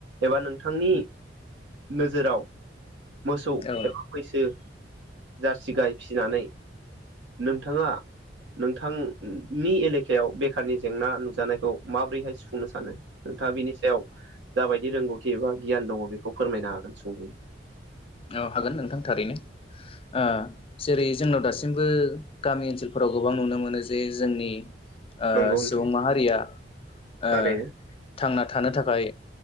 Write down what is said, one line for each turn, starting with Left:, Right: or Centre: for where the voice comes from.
Right: एबा नोंथांनि नोजोराव मोसौ
Left: औ
Right: एबा मैसो जारसि गाय फिसिनानै नोंथाङा नोंथांनि एलेकायाव बेखारनि जेंना नुजानायखौ माबोरैहाय सुफुंनो सानो नोंथाङा बिनि सायाव जाबायदि रोंगौथि एबा गियान दङ बेखौ फोरमायनो हागोन सुंद'यै
Left: औ हागोन नोंथां थारैनो ओ जेरै जोंनाव दासिमबो गामि ओनसोलफोराव गोबां नुनो मोनो जे जोंनि ओ
Right: नंगौ नोंथां
Left: सुबुं माहारिया
Right: थारैनो
Left: ओ थांना थानो थाखाय